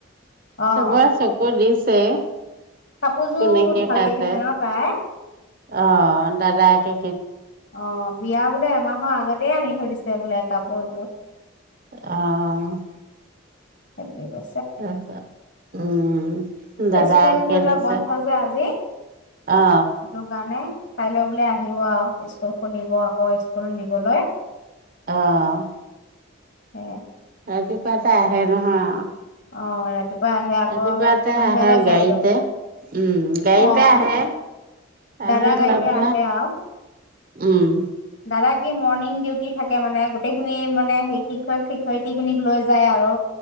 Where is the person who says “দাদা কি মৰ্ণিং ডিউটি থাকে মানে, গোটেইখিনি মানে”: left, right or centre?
Left